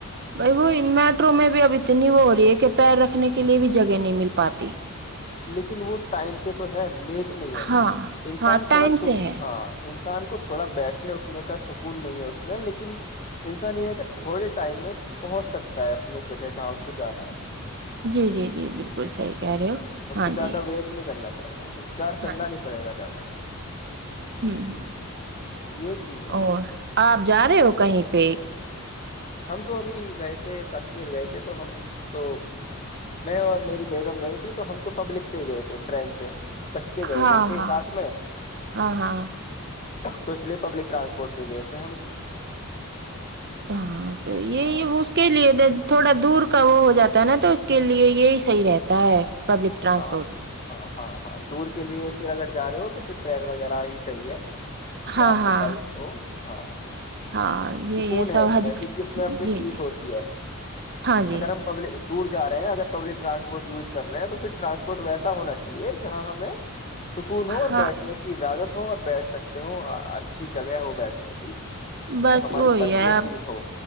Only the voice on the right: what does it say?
بائی وہی میٹرو میں بھی اب اتنی وہ ہو رہی کے پیر رکھنے کے لیے بھی ج جگہ نہیں مل پاتی
ہاں
ہاں ٹائم
سے ہے
جی جی جی بالکل
صحیح کہہ رہے ہو
ہاں
جی
ہاں
ہ ہ
اور آپ جا رہے ہو کہیں پ
ہاں
ہاں
ہاں ہاں
ہاں تو یہ
اس کے لیے د تھوڑا دور کا وہ ہو جاتا ہے نا تو اس کے لیے یہی صحیح رہتا ہے پبلک ٹرانسپورٹ
ہاں
ہاں
ہاں یہ
یہ
سب
حج
جی
جی
ہاں جی
ہاں
بس
وہی
ہے